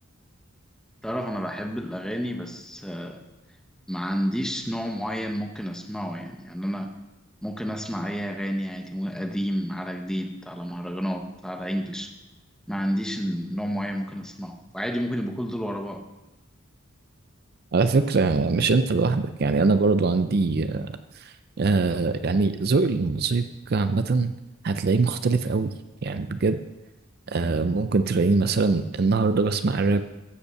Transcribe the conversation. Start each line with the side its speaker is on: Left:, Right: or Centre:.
Centre: تعرف انا بحب الاغاني بس ما عنديش نوع معين ممكن اسمعه يعني يعني انا ممكن اسمع اي اغاني عادي ممكن قديم على جديد على مهرجانات على انجلش ما عنديش نوع معين ممكن اسمعه وعادي ممكن يبقوا كل دول ورا بعض
Right: على فكرة مش انت لوحدك يعني انا برضو عندي آه يعني ذوق الموسيقى عامة هتلاقيه مختلف قوي يعني بجد آه ممكن تلاقيني مثلا النهاردة بسمع راب